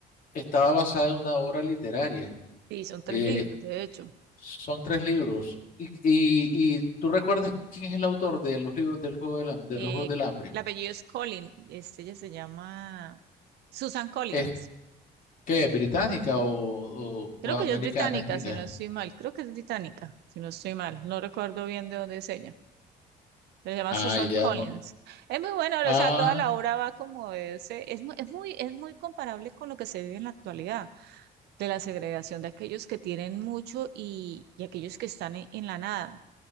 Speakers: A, on the left; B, on the right.
A: estaba basada en una obra literaria.
B: Sí, son tres
A: Eh,
B: libros, de hecho.
A: Son tres libros. Y, y, y tú recuerdas quién es el autor de los libros del juego del, ham- de
B: Eh,
A: los Juegos del Hambre.
B: el apellido es Collins, este, ella se llama Susan Collins.
A: ¿Es que británica o, o, o
B: Creo que
A: americana?
B: ella es británica,
A: Es gringa.
B: si no estoy mal. Creo que es británica, si no estoy mal. No recuerdo bien de dónde es ella. Se llama
A: Ah,
B: Susan
A: ya
B: Collins.
A: no.
B: Es muy buena,
A: Ah,
B: o sea, toda la obra va como de ese, es, mu- es muy, es muy comparable con lo que se vive en la actualidad, de la segregación de aquellos que tienen mucho y, y aquellos que están en en la nada.